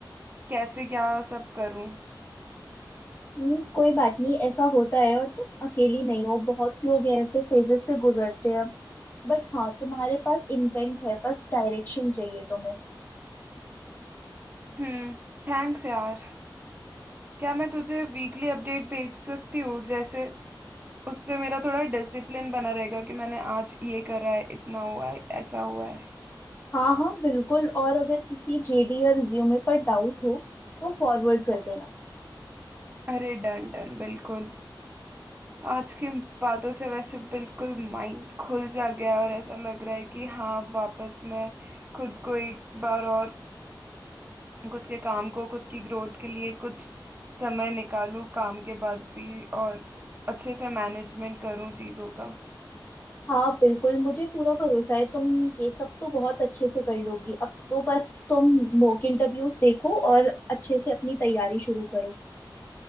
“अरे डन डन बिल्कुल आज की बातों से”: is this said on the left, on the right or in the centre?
Right